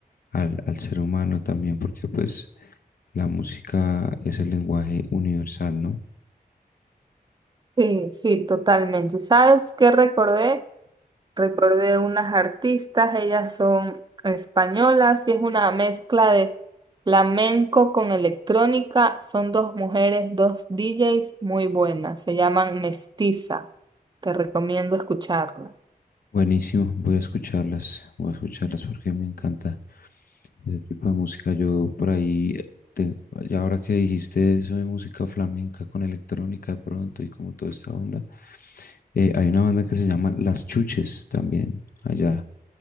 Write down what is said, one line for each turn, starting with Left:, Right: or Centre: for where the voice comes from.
Left: al, al ser humano también, porque pues la música es el lenguaje universal, ¿no?
Right: Sí, sí, totalmente. ¿Sabes qué recordé? Recordé unas artistas, ellas son españolas y es una mezcla de flamenco con electrónica. Son dos mujeres, dos DJs muy buenas. Se llaman Mestiza. Te recomiendo escucharlas.
Left: Buenísimo, voy a escucharlas, voy a escucharlas porque me encanta ese tipo de música. Yo por ahí, te- ya ahora que dijiste eso de música flamenca con electrónica de pronto y como toda esta onda, eh, hay una banda que se llama Las Chuches también allá.